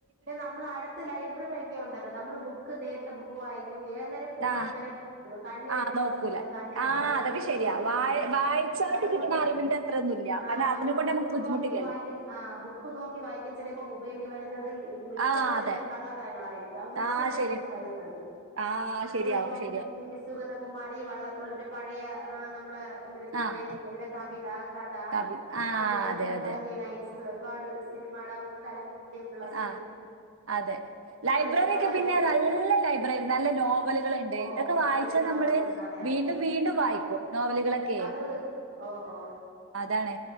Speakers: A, on the right; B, on the right.
A: നമ്മൾ അടുത്ത് ലൈബ്രറി വഴൊക്കെ ഉണ്ടല്ലോ നമ്മള് ബു നേ ബുക്ക് വായിക്കും ഏേരം ഫോൺ
B: ആ
A: അങ്ങനെ കണ്ണിനൊക്കെ
B: ആ നോക്കൂല
A: പ്രശ്നം അല്ലെ കണ്ണിന്റെ
B: ആ
A: ബ്രെയിനൊക്കെ
B: അതൊക്കെ
A: പ്രശ്നമാണ്
B: ശരിയാ വായ വായിച്ചായിട്ട്
A: അതുകൊണ്ട്
B: കിട്ടുന്ന അറിവിന്റെ അത്ര ഒന്നുമില്ല
A: ആ
B: കാരണം
A: നമ്മള്
B: അതിനെ കൊണ്ട്
A: ബുക്ക്
B: നമുക്ക് ബുദ്ധിമുട്ടില്ലല്ലോ
A: നോക്കി വായിക്കുന്ന ആ ബുക്ക് നോക്കി വായിക്കും ചിലപ്പോ മൊബൈലിൽ വരുന്നത് മിക്കതും
B: ആ
A: ചില
B: അതെ
A: ക ള്ളതരങ്ങളായിരിക്കും അത് മിക്സഡ
B: ആ
A: ആയിട്ട്
B: ശരി
A: വരുന്നത്
B: ആഹ്
A: നമ്മളിപ്പം
B: ശരിയാവും ശരിയാവും
A: ഈ സുഗതകുമാരി വള്ളത്തോൾ ഇവര് പഴയ നമ്മള ഇവരെ ഇവരെ
B: ആഹ്
A: ഇവരുടെ കവിത കഥ
B: കവി ആഹ്
A: പിന്നെ
B: അതെ
A: കുമ്പളങ്ങി
B: അതെ
A: നൈറ്റ്സ്ർ വാട് സിനിമായുടെ കലുള്ള <unintelligible>
B: ആ അതെ ലൈബ്രറി
A: അതൊക്കെ വായിക്കും
B: ഒക്കെ പിന്നെ നല്ല ലൈബ്രറി നല്ല നോവലുകളൾഉ ണ്ട്
A: ഓ
B: ഇതൊക്കെ വായിച്ചാ
A: നല്ല നോവലുകൾ
B: നമ്മള്
A: അതെ
B: വീണ്ടും
A: അതെ
B: വീണ്ടും വായിക്കും നോവലുകളൊക്കെ
A: അത് ഓ ഓ
B: അതാാണ്